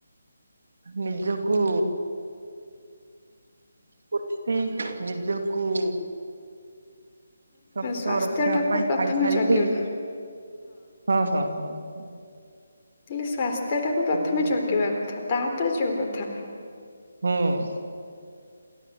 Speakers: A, on the right (about 65°); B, on the left (about 30°).
A: ନିଜକୁ ଗୋଟି ନିଜକୁ ଶକ୍ତ
B: ସ୍ୱାସ୍ଥ୍ୟ
A: ରଖିବା
B: ଟାକୁ
A: ପାଇଁ
B: ପ୍ରଥମେ
A: ଖାଇସାରିକି
B: ଜଗିବା
A: ହଁ ହଁ ହଁ ହ
B: ହେଲେ ସ୍ଵାସ୍ଥ୍ୟ ଟାକୁ ପ୍ରଥମେ
A: ନିଶ୍ଚୟ
B: ଜକିବା କଥା ତାପରେ ଯୋଉ କଥା।
A: ହଁ?